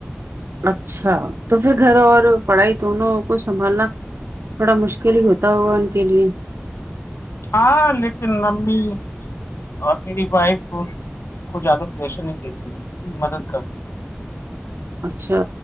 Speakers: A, on the right; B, on the left.
A: اچھا تو پھر گھر اور پڑھائی دونوں کو سنبھالنا تھوڑا مشکل ہی ہوتا ہوگا ان کے لیے
B: ہاں لیکن امی اور میری وائف کو زیادہ پریشر نہیں دیتی مدد کر دی ت
A: اچھا